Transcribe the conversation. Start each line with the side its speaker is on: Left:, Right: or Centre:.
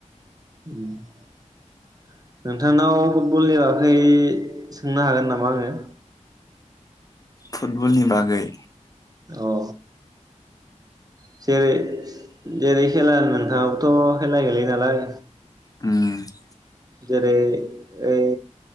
Right: उम । नोंथांनाव फुटबलनिया ओय सोंनो हागोन नामा आङो?
Left: फुटबलनि बागै
Right: औ । जेरै जेरै खेला होनबा नोंथाङाबो थ खेला गेलेयो नालाय
Left: ओम ।
Right: जेरै ओय